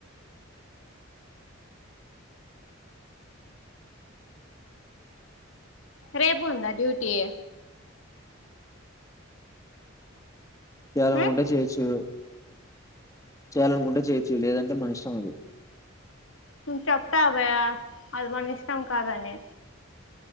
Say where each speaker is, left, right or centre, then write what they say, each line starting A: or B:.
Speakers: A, on the left; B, on the left.
A: రేపు ఉంద డ్యూటీ
B: చేయాలనుకుంటే
A: ఆ
B: చేయొచ్చు చేయాలనుకుంటే చేయచ్చు లేదంటే మన ఇష్టం అది
A: చెప్తా అవయ అది మనిష్ ఇం కాదనేే